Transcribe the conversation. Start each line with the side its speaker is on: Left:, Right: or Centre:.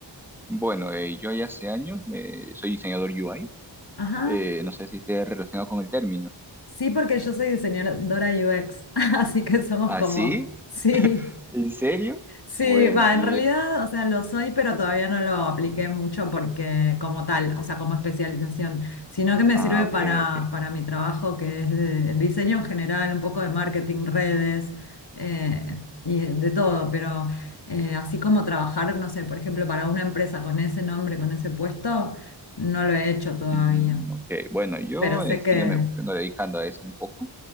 Centre: Bueno, eh, yo ya hace años me, soy diseñador UI
Left: Ajá,
Centre: Eh, no sé si esté relacionado con el término.
Left: sí, porque yo soy diseñadora UX, <laughs> así que somos
Centre: ¿Ah,
Left: como,
Centre: sí?
Left: sí.
Centre: ¿En serio?
Left: Sí,
Centre: Bueno,
Left: va, en
Centre: y...
Left: realidad, o sea, lo soy, pero todavía no lo apliqué mucho porque como tal, o sea, como especialización, sino que me
Centre: Ah,
Left: sirve
Centre: ok,
Left: para,
Centre: ok.
Left: para mi trabajo que es de diseño en general, un poco de marketing, redes eh, y de todo, pero eh, así como trabajar, no sé, por ejemplo, para una empresa con ese nombre, con ese puesto, no lo he hecho todavía,
Centre: Mm, ok, bueno, yo
Left: pero sé
Centre: eh, sí
Left: que
Centre: ya me vengo dedicando a eso un poco,